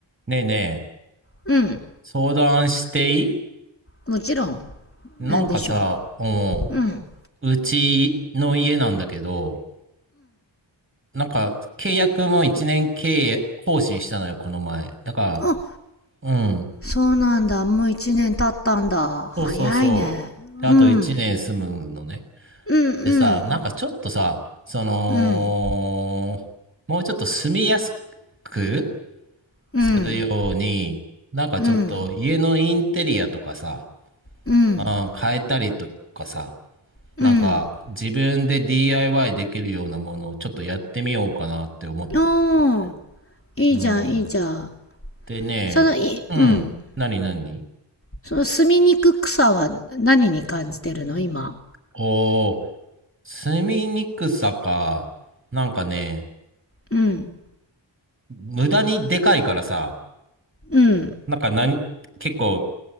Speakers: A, on the right (about 25°); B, on the left (about 25°).
A: ねえねえ、
B: うん
A: 相談していい
B: もちろん
A: なんかさ、
B: なんでしょ
A: うん
B: ううん
A: うちの家なんだけど、なんか契約も1年契約更新したのよ、この前。だか
B: あ
A: ら、うん、
B: そうなんだもう1年経ったんだ早いねうん
A: そうそうそう。で、あと1年住むのね。
B: うん
A: でさ、なんかちょっとさ、その、
B: うんうん
A: もうちょっと住みやすく
B: うん
A: するように、なんかちょっと家のインテリアとかさ、
B: うんうん
A: うん、変えたりとかさ、
B: うん
A: なんか、自分で DIY できるようなものをちょっとやってみようかなって思ってるのよ。
B: おーいいじゃんいいじゃん
A: うん。でね、
B: そのいうん
A: うん。何何
B: その住みにくくさは何に感じてるの今
A: おおー、住みにくさか。なんかね、
B: うん
A: 無駄にでかいからさ、
B: うん
A: なんか何、結構